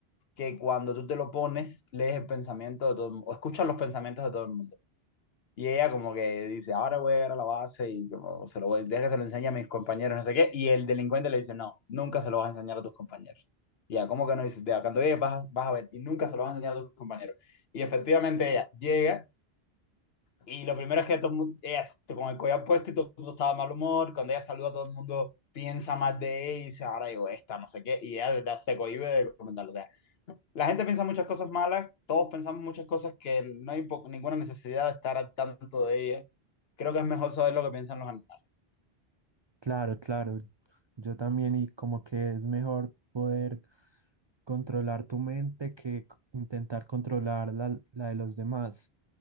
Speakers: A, on the left (about 70°); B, on the right (about 45°).
A: que cuando tú te lo pones, lees el pensamiento de todo el mundo, o escuchas los pensamientos de todo el mundo. Y ella como que dice, ahora voy a llegar a la base y como se lo voy, deja que se lo enseñe a mis compañeros, no sé qué. Y el delincuente le dice, no, nunca se lo vas a enseñar a tus compañeros. Y ya, ¿cómo que no? Dice, "Ya, cuando llegues vas, a- vas a ver y nunca se lo vas a enseñar a tus compañeros. Y efectivamente ella llega y lo primero es que todo el mundo, ella con el collar puesto y todo el mundo estaba de mal humor. Cuando ella saluda, todo el mundo piensa más de ella y dice, ahora digo esta, no sé qué. Y ella de verdad se cohíbe de comentarlo. O sea, la gente piensa muchas cosas malas, todos pensamos muchas cosas que no hay po- ninguna necesidad de estar al tanto de ella. Creo que es mejor saber lo que piensan los animales.
B: Claro, claro. Yo también y como que es mejor poder controlar tu mente que c- intentar controlar la, la de los demás.